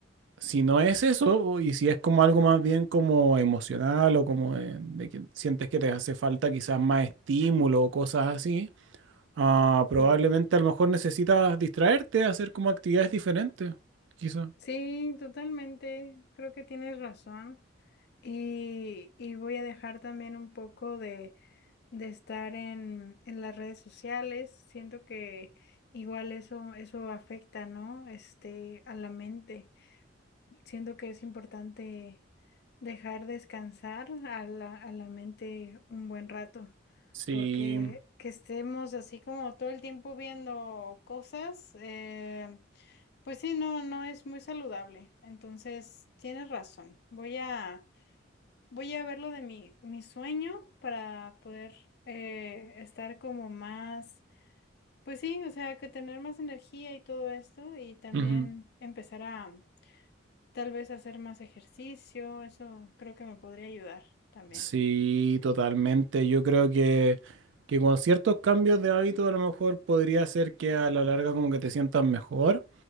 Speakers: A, on the right; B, on the left.
A: si no es eso, o- y si es como algo más bien como emocional o como de, de que sientes que te hace falta quizás más estímulo o cosas así, ah, probablemente
B: sí.
A: a lo mejor necesitas distraerte, hacer como actividades diferentes, quizás.
B: Sí, totalmente. Creo que tienes razón. Y, y voy a dejar también un poco de, de estar en, en las redes sociales. Siento que igual eso, eso afecta, ¿no? Este, a la mente. Siento que es importante dejar descansar a la, a la mente un buen rato,
A: Sí.
B: porque que estemos así como todo el tiempo viendo cosas, eh, pues sí, no, no es muy saludable. Entonces, tienes razón. Voy a, voy a ver lo de mi, mi sueño para poder eh, estar como más, pues sí, o sea, que tener más energía y todo esto y también
A: Ujú.
B: empezar a Tal vez hacer más ejercicio, eso creo que me podría ayudar también.
A: Sí, totalmente. Yo creo que, que con ciertos cambios de hábito a lo mejor podría ser que a la larga como que te sientas mejor.